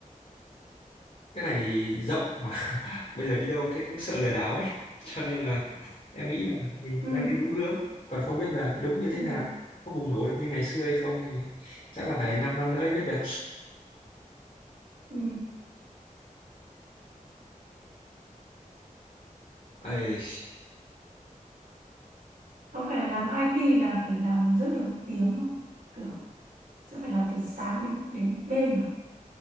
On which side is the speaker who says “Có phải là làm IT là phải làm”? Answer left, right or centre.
Right